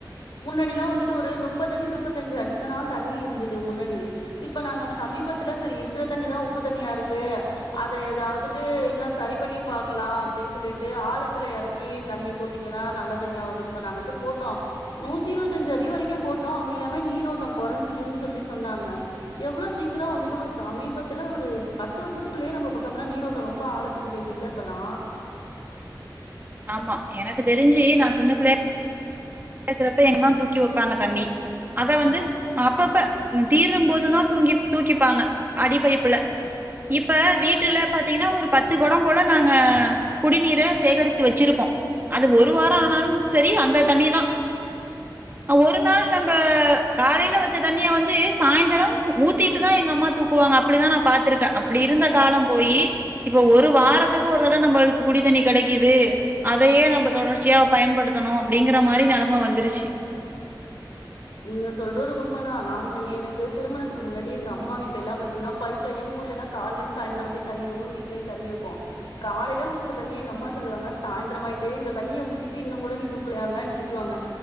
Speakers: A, on the left (about 75°); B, on the right (about 25°).
A: முன்னாடி எல்லா வந்துட்டு ஒரு முப்பது அடி முப்பத்தஞ்சு அடிக்கெல்லா தண்ணி இருந்துது முன்னாடி இப்ப நாங்க சமீபத்துல சேரி இருக்கற தண்ணி தா உப்பு தண்ணியா இருக்கு அத ஏதாவுது இன்னோ சரி பண்ணி பாக்கலா அப்டின்னு சொல்லிட்டு ஆழத்துல இறக்கி தண்ணி போட் போட்டீங்கன்னா நல்ல தண்ணியா வரும்னு சொன்னாங்கட்டு போட்டோ நூத்தி இருவத்தியஞ்சு அடி வரைக்கோ போட்டோ அங்க எல்லாமே நீரோட்டம் குறைஞ்சிட்டுன்னு சொல்லி சொன்னாங்க எவ்வளவு சீக்கிரோ வந்துட்டு ஒரு சமீபத்துல ஒரு பத்து வருஷத்துக்குள்ளேயே நம்ம பக்கம் எலாம் நீரோட்டம் ரொம்ப ஆழத்துக்கு போயிட்டு இல்லப்பல்லா
B: ஆமா எனக்கு தெரிஞ்சு நா சின்ன பிள்ளயா <unintelligible> கிறப்ப எங்கமா தூக்கி வப்பாங்க தண்ணி அத வந்து அப்பப்ப ம் தீரும் போது தா தூங்கி தூக்கிப்பாங்க அடிப்பைப்புல இப்ப வீட்டுல பாார்த்தீங்கன்னா ஒரு பத்து குடம் போல நாங்க குடிநீரை சேகரித்து வச்சிருக்கோ அது ஒரு வார ஆனாலும் சேரி அந்த தண்ணி தா ஒரு நாள் நம்ம காலையில வச்ச தண்ணிய வந்து சாய்ந்தர ஊத்திட்டுதா எங்க அம்மா தூக்குவாங்க அப்படிதா நா பாார்த்திருக்கே அப்படி இருந்த காலம் போய் இப்ப ஒரு வாரத்துக்கு ஒரு தடம் நம்மளுக்கு குடித்தண்ணி கிடைக்குது அதையே நம்ம தொடர்ச்சியா பயன்படுத்தணு அப்படிங்கிற மாரி நில ஆமா வந்துருச்சு
A: நீங்க சொல்றது உண்மைதா நாங்க எனக்கு திருமணத்துக்கு முன்னாடி எங்க அம்மா வீட் எல்லா பாத்தீங்கா பைப்ல எங் ஊர்லல்லா கால இருந்து சாயந்திர வரைலு தண்ணி வரு வீட்டிலையு தண்ணி இருக் காலையில உடிச்ச தண்ணியே எங்க அம்மா சொல்லுவாங்க சாயந்திரமாயட்டு இந்த தண்ணிய ஊத்திட்டு இன்னு கூட தூக்கல திட்டுவாங்க